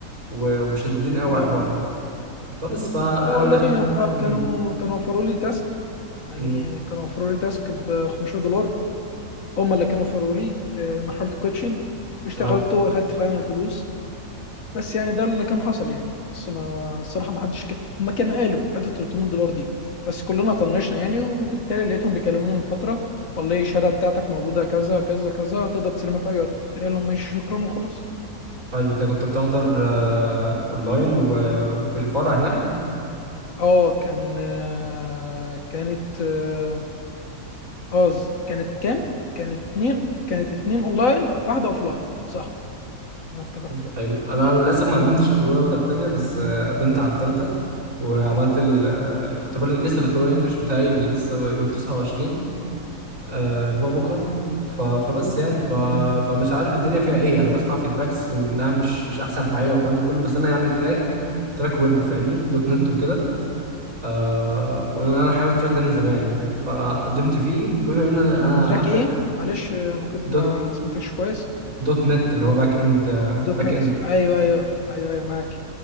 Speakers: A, on the right (about 50°); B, on the left (about 60°).
A: و- ومشددين قوي
B: اه
A: على الحوار ده فبس فأنا
B: لا والله
A: ما دخل
B: هم كانوا
A: مم،
B: كانوا وفروا لي تاسك يعني
A: مم،
B: كانوا وفروا لي تاسك ب 15 دولار هم اللي كانوا وفروا لي في مرحله الكوتشنج واشتغلت
A: اه
B: واخدت فعلا الفلوس بس يعني ده اللي كان حصل يعني بس ما الصراحه ما حدش ك... هم كانوا قالوا حته 300 دولار دي بس كلنا طنشنا يعني وبالتالي لقيتهم بيكلمونا من فتره والله الشهاده بتاعتك موجوده كذا كذا كذا تقدر تسلمها في اي وقت قلت لهم ماشي شكرا وخلاص
A: حلو انت كنت بتحضر آه اونلاين و- وفي الفرع هناك
B: اه كان آه، كانت اه آه، كانت كام كانت اتنين كانت اتنين اونلاين واحده اوفلاين صح انا افتكرت كده
A: حلو انا للاسف ما قدمتش في الاولى ولا التانية بس آه قدمت على التالتة وعملت ال- آه، الاختبار لسه الاختبار الانجليش بتاعي لسه يوم 29 آه، اللي هو بكره ف... فبس يعني ف... فمش عارف الدنيا فيها ايه انا بسمع فيدباكس انها مش مش احسن حاجه والكلام ده كله بس انا يعني تراك تراك ويب فاهمني دوت نت وكده آه وانا انا حابب التراك ده من زمان يعني فقدمت فيه وبما ان انا أنا
B: تراك
A: هبدا
B: ايه معلش آه، ما كنت
A: دوت
B: ما سمعتكش كويس
A: دوت نت اللي هو باك اند
B: دوت
A: باك
B: نت
A: اند
B: ايوه ايوه ايوه ايوه معاك